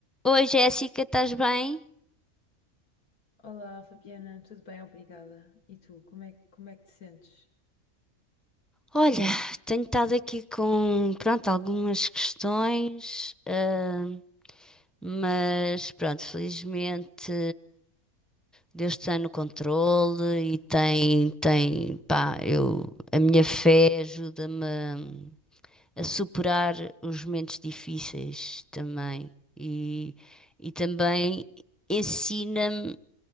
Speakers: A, in the centre; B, on the left.
A: Oi Jéssica, estás bem?
B: Olá, Fabiana, tudo bem? Obrigada. E tu, como é, como é que te sentes?
A: Olha, tenho estado aqui com, pronto, algumas questões, ah, mas pronto, felizmente Deus está no controle e tem, tem, pá, eu, a minha fé ajuda-me a, a superar os momentos difíceis também e, e também ensina-me.